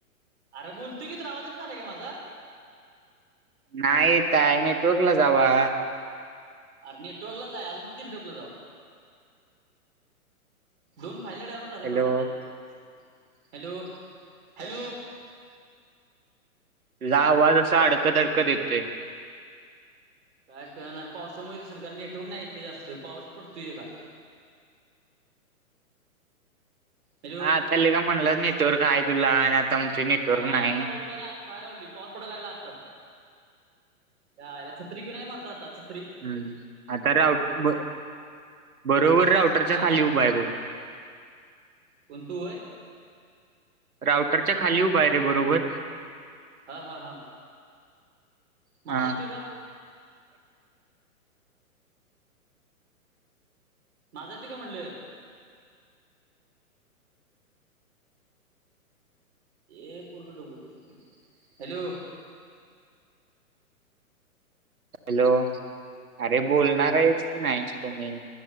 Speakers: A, on the right; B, on the right.
A: अरे बोलतो की तुला आवाज येईना झालाय का माझा
B: नाही तय नाही नेटवर्क ला जावा
A: अर नेटवर्क लाच आहे अजून किती नेटवर्कला जाऊ दोन फायले डायनलोड झाल्या
B: हॅलो
A: मार्दा त्यात हॅलो हॅलो
B: तुझा आवाज असा अडकत अडकत येतोय
A: काय कळनाय पावसामुळे असेल का नेटवर्क नाही येते जास्त पाऊस पडतोय लेका हॅलो
B: हा आता लेका म्हणलच नेटवर्क आहे तुला आणि आता आमचे नेटवर्क
A: आर आत्ता
B: नाही
A: होतं आणि आ ता बाहेर आलोय पाऊस पडायला लागला आताच. च्यायला छत्री घेऊन आहे मर्दा आताच.
B: हं आता राऊट ब बरोबर राऊटरच्या
A: हा
B: खाली उभा हाय बग
A: कोण तू व्हय?
B: राऊटरच्या खाली उभा आहेरे बरोबर.
A: हा हा हा. माझा
B: हा
A: येतोय का? माझा येतोय का म्हणल? ए पोरगं डुबवतय, हॅलो.
B: हॅलो, अरे बोलणार आहेस की नाही तुम्ही?